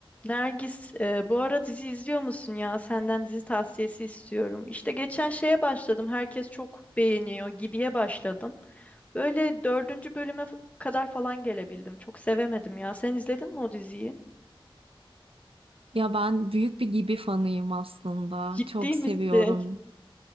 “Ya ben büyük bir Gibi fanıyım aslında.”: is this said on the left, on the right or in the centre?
Right